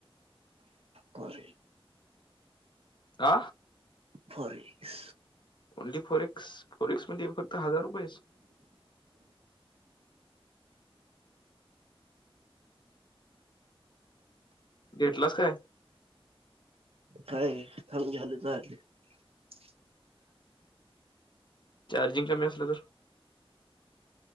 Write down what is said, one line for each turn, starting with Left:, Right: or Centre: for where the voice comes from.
Right: कर
Left: आ
Right: फरीस
Left: ओनली फोरेक्स फोरेक्स मध्ये फक्त हजार रुपयेच घेतलास काय.
Right: काय थांब झाले <unintelligible>
Left: चार्जिंग कमी असलं तर